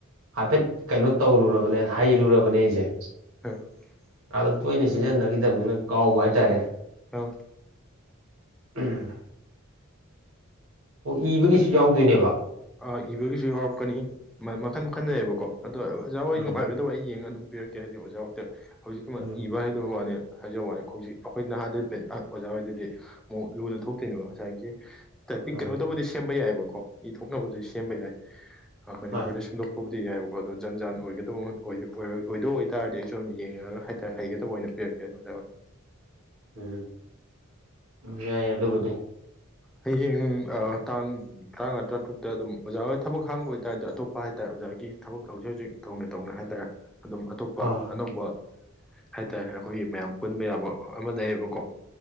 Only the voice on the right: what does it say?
ꯍꯥꯏꯐꯦꯠ ꯀꯩꯅꯣ ꯇꯧꯔꯨꯔꯕꯅꯦ ꯍꯩꯔꯨꯔꯕꯅꯦ ꯑꯩꯖꯦ
ꯑꯗ ꯇꯣꯏꯅ ꯁꯤꯖꯤꯟꯅꯒꯤꯗꯕꯅꯤꯅ ꯀꯥꯎꯕ ꯍꯥꯏꯇꯥꯔꯦ
ꯎꯝ ꯑꯣ ꯏꯕꯒꯤꯁꯨ ꯌꯥꯎꯗꯣꯏꯅꯦꯕ
ꯎꯝ
ꯎꯝ
ꯎꯝ
ꯍꯣꯏ
<inaudible> ꯎꯝ ꯎꯝ ꯌꯥꯏ ꯑꯗꯨꯕꯨꯗꯤ
ꯑꯥ